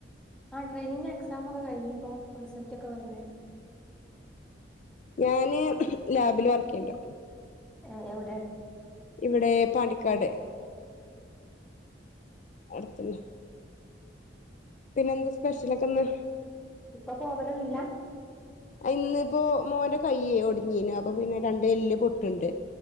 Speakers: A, in the centre; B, on the left (about 40°).
A: ആഹ് ട്രെയിനിങു എക്സാമൊക്കെ കഴിഞ്ഞിപ്പം റിസൾട്ടൊക്കെ വന്ന്
B: ഞാന് ലാബില് വർക്കെയ്യ്ണ്ട്
A: ഏഹ് എവ്ടെ
B: ഇവിടെ പാണ്ടിക്കാട് അട്ത്തന്നെ പിന്നെ എന്താ സ്പെഷ്യലൊക്കെന്ന്
A: ഇപ്പൊ പോവലൊന്നുല്ല
B: അ ഇന്നിപ്പൊ മോന്റെ കൈയ്യെ ഒട്ഞ്ഞീനു അപ്പൊ പിന്നെ രണ്ട് എല്ല് പൊട്ടിണ്ട്